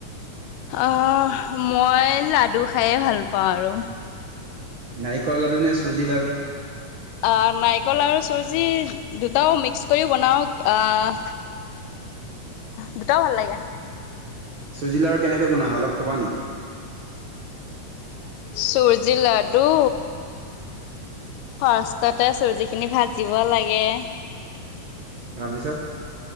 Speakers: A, on the left (about 85°); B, on the right (about 60°).
A: আহ মই লাডু খায়ে ভাল পাওঁ আৰু।
B: নাৰিকলৰ লাডু নে চুজি লাৰু?
A: আহ নাৰিকল আৰু চুজি দুটাও মিক্স কৰিও বনাওঁ আহ দুটাও ভাল লাগে।
B: চুজিলা আৰু কেনেকৈ বনায় হয়, অলপ কবা নেকি?
A: চুজি লাডু ফাৰ্ষ্টততে চুজি খিনি ভাজিব লাগে
B: তাৰপিছত?